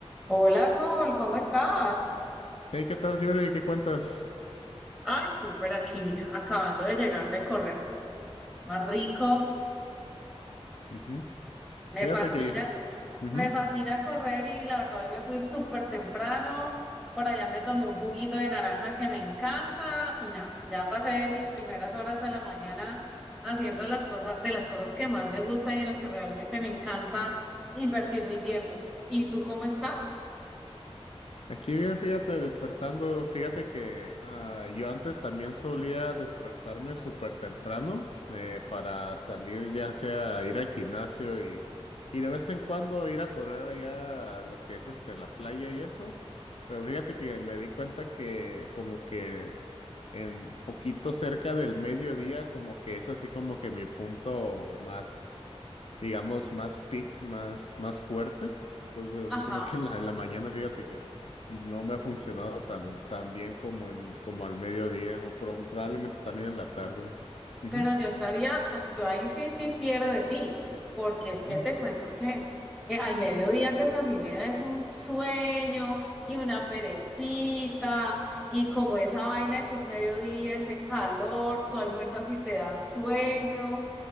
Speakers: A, in the centre; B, on the left.
A: Hola Arnold, ¿cómo estás?
B: Hey, ¿qué tal, Yuri? ¿Qué cuentas?
A: Ay, súper aquí, acabando de llegar de correr. Más rico,
B: Ujú.
A: me
B: Fíjate
A: fascina,
B: que ujú,
A: me fascina correr y la verdad hoy me fui súper temprano. Por allá me tomé un juguito de naranja que me encanta y nada, ya pasé mis primeras horas de la mañana haciendo las cosas, de las cosas que más me gustan y en las que realmente me encanta invertir mi tiempo. ¿Y tú cómo estás?
B: Aquí bien, fíjate, despertando. Fíjate que ah, yo antes también solía despertarme súper temprano eh, para salir, ya sea a ir al gimnasio y, y de vez en cuando ir a correr allá a lo que es este, la playa y eso. Pero fíjate que me di cuenta que como que en poquito cerca del mediodía, como que es así como que mi punto más, digamos, más peak, más, más fuerte. Entonces,
A: Ajá.
B: así como que en la, en la mañana, fíjate que no me ha funcionado tan, tan bien como en, como al mediodía, o pro- probablemente también en la tarde. Ujú,
A: Pero yo estaría, yo ahí sí difiero de ti, porque es que
B: ujú,
A: te cuento que eh, al mediodía antes a mí me da es un sueño y una perecita, y como esa vaina de que es mediodía, ese calor, tú almuerzas y te da sueño,